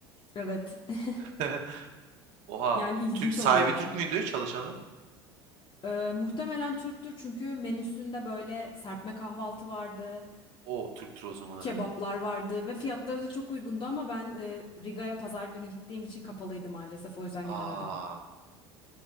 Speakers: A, on the left; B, on the right.
A: Evet, <laughs>
B: <laughs> Oha.
A: yani ilginç
B: Türk, sahibi
A: oluyor.
B: Türk müydü çalışanı?
A: Ee, muhtemelen Türktür çünkü menüsünde böyle serpme kahvaltı vardı,
B: O Türktür o zaman
A: kebaplar
B: evet.
A: vardı ve fiyatları da çok uygundu ama ben e, Riga'ya pazar günü gittiğim için kapalıydı maalesef o yüzden
B: Aa.
A: gidemedim.